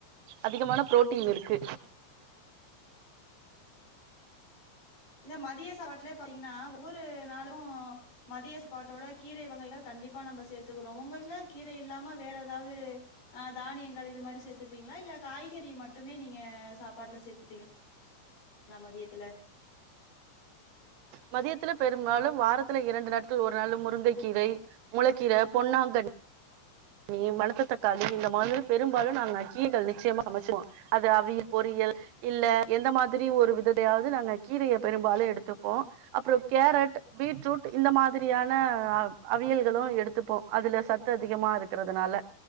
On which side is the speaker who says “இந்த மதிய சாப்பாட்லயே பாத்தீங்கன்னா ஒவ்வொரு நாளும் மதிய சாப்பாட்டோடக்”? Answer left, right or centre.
Left